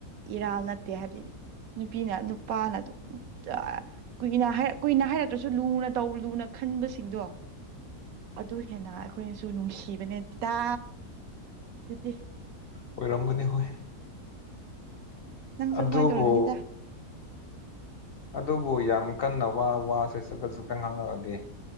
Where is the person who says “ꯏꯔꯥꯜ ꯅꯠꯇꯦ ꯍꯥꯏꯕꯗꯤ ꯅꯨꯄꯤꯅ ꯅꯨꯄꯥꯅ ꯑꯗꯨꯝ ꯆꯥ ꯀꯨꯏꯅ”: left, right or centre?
Right